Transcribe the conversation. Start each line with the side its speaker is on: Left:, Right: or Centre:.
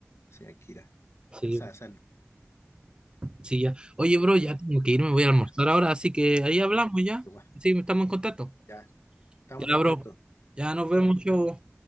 Left: sí, Akira,
Right: Sí,
Left: él sabe hacerlo,
Right: sí, ya. Oye, bro, ya
Left: ya,
Right: tengo que irme, voy a
Left: ya,
Right: almorzar ahora, así que ahí hablamos
Left: sí,
Right: ya.
Left: igual,
Right: Sí, estamos en contacto.
Left: ya, estamos
Right: Ya,
Left: en contacto,
Right: bro. Ya nos vemos,
Left: chao.
Right: chavo.